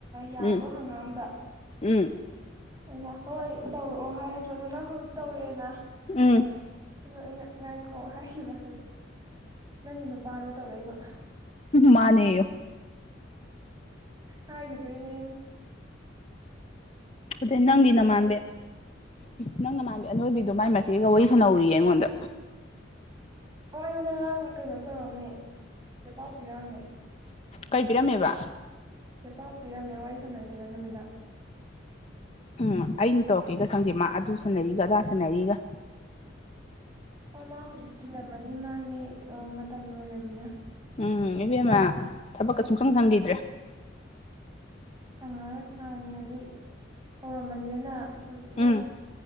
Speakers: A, on the right; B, on the left.
A: ꯌꯕ꯭ꯔꯣ
B: ꯎꯝ
A: ꯍꯪꯒꯥꯝꯕ
B: ꯎꯝ
A: ꯑꯩꯅ ꯍꯣꯏ ꯇꯧꯔꯛꯑꯣ ꯍꯥꯏꯔꯗ꯭ꯔꯣ ꯑꯗꯨ ꯅꯪ ꯍꯧꯖꯤꯛ ꯇꯧꯔꯛꯑꯦꯅ
B: ꯎꯝ
A: ꯑꯗꯣ ꯑꯩꯅ ꯉꯥꯏꯈꯣ ꯍꯥꯏꯈꯤꯕ ꯅꯪꯒꯤ ꯅꯨꯄꯔꯣ ꯇꯧꯔꯛꯏꯕ
B: ꯃꯥꯅꯦꯌꯣ
A: ꯍꯥꯏꯒꯤꯗꯣꯏꯅꯤ ꯑꯩꯅ
B: ꯑꯗꯨꯗꯤ ꯅꯪꯒꯤ
A: ꯃꯥꯅꯦ
B: ꯅꯃꯥꯟꯅꯕꯤ ꯅꯪ ꯅꯃꯥꯟꯕꯤ ꯑꯅꯣꯏꯕꯤꯗꯣ ꯃꯥꯏ ꯃꯆꯦꯒ ꯋꯔꯤ ꯁꯅꯧꯑꯣꯌꯦ ꯑꯩꯉꯣꯟꯗ
A: <unintelligible> ꯀꯩꯅꯣ ꯇꯧꯔꯝꯃꯦ ꯆꯦ ꯄꯥꯎ ꯄꯤꯔꯝꯃꯦ
B: ꯀꯩꯄꯤꯔꯝꯃꯦꯕ
A: ꯆꯦꯄꯥꯎ ꯄꯤꯔꯝꯃꯦ ꯋꯥꯔꯤ ꯁꯥꯟꯅꯁꯦꯅ ꯅꯨꯃꯤꯗꯥꯡ
B: ꯎꯝ ꯑꯩꯅ ꯇꯧꯔꯛꯀꯦꯒ ꯁꯪꯗꯦ ꯃꯥ ꯑꯗꯨ ꯁꯥꯟꯅꯔꯤꯒ ꯑꯗꯥ ꯁꯥꯟꯅꯔꯤꯒ
A: ꯑꯣ ꯃꯥ ꯍꯧꯖꯤꯛ ꯆꯤꯜꯂꯝꯃꯅꯤ ꯃꯥꯒꯤ ꯃꯇꯝ ꯂꯣꯏꯔꯃꯤꯅ
B: ꯎꯝ ꯏꯕꯦꯝꯃ ꯊꯕꯛꯀ ꯁꯨꯡꯁꯪ ꯁꯪꯈꯤꯗ꯭ꯔꯦ
A: ꯁꯪꯉꯔꯣꯏ ꯍꯥꯟꯅꯗꯤ ꯀꯧꯔꯝꯕꯅꯤꯅ ꯍꯧꯖꯤꯛꯅ
B: ꯎꯝ